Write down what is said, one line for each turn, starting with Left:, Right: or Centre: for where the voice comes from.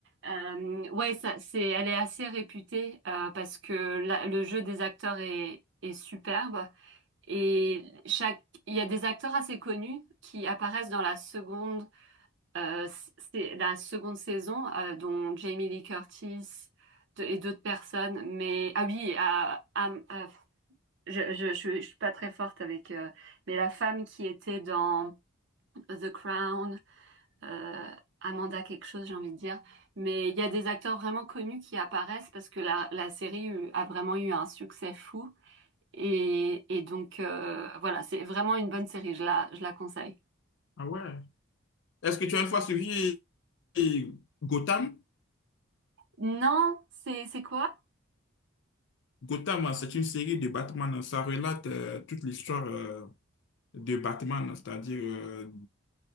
Right: euh, ouais, ça, c'est, elle est assez réputée euh, parce que la- le jeu des acteurs est, est superbe. Et chaque, il y a des acteurs assez connus qui apparaissent dans la seconde, euh, c'est la seconde saison, euh, dont Jamie Lee Curtis de- et d'autres personnes. Mais ah oui, à, à- à- je, je, je, je suis pas très forte avec, euh, mais la femme qui était dans The Crown, euh, Amanda quelque chose, j'ai envie de dire. Mais il y a des acteurs vraiment connus qui apparaissent parce que la, la série a vraiment eu un succès fou. Et, et donc, euh, voilà, c'est vraiment une bonne série, je la, je la conseille.
Left: Ah ouais. Est-ce que tu as une fois suivi euh, Gotham?
Right: Non, c'est, c'est quoi?
Left: Gotham, hein, c'est une série de Batman. Ça relate euh, toute l'histoire euh, de Batman, c'est-à-dire euh,